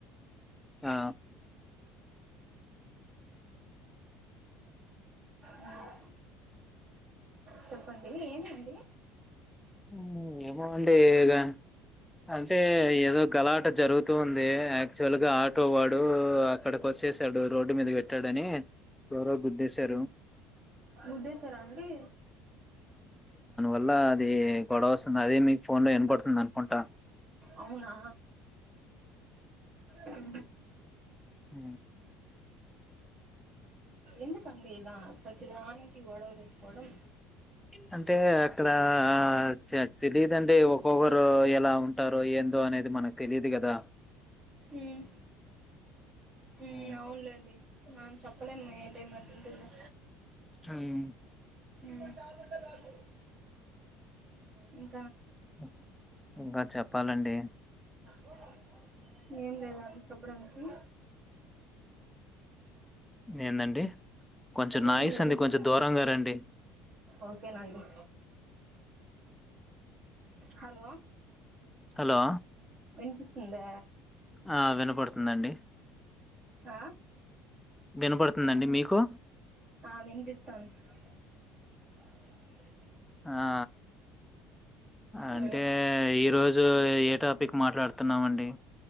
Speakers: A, in the centre; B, on the right.
A: ఆ
B: మ్ చెప్పండి ఏమి అండి
A: ఊ ఏమో అండి ఇగ, అంటే ఏదో గలాట జరుగుతూంది, యాక్చువల్గా ఆటో వాడు అక్కడికి వచ్చేసాడు రోడ్డు మీద పెట్టాడని ఎవరో గుద్దేశారు
B: గుద్దేశరా అండి
A: అలా ఏ గొడవ అది మీ ఫోన్ లో ఇన పడుతుంది అ ఉంటా
B: అవునా ఉహు
A: ఊ
B: ఎందుకండి ఇలా ప్రతిదానికి గొడవలు ఎసుకోవడం
A: ఇ అంటే అక్కడ ఆ చె తెలిదండి ఒక్కొక్కరు ఎలా ఉంటారో ఏందో అనేది మనకు తెలియదు గదా
B: ఉమ్ ఉమ్
A: ఊ
B: అవునులేండి మనం చెప్పలేము ఏ టైం ఎటుంటుందో
A: హ్మ్.
B: ఊ <unintelligible> ఉ
A: ఉ ఇంకా చెప్పాలండి
B: వా ఏం లేదండి చెప్పడనికి
A: ఏందండి? కొంచెం నాయిస్
B: ఏం లేదు
A: ఉంది.
B: చే
A: కొంచెం దూరంగా రండి.
B: ఓకేనండి హలో
A: హలో
B: వినిపిస్తుందా
A: ఆ వినపడుతుందండి
B: ఆ
A: వినపడుతుందండి మీకు?
B: ఆ వినిపిస్తం అ <unintelligible>
A: ఆ అంటే
B: మ్మ్
A: ఈరోజు ఏ టాపిక్ మాట్లాడుతున్నామండి